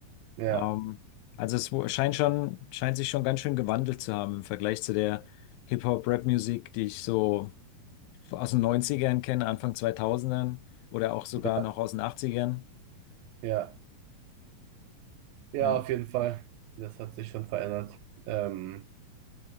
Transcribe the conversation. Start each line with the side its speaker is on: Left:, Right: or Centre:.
Right: ja,
Left: Ähm, also es wo- scheint schon, scheint sich schon ganz schön gewandelt zu haben im Vergleich zu der Hip-Hop-Rap-Musik, die ich so aus den Neunzigern kenne, Anfang zweitausendern oder auch sogar
Right: ja,
Left: noch aus den Achtzigern.
Right: ja. Ja,
Left: Ja,
Right: auf jeden Fall. Das hat sich schon verändert. Ähm,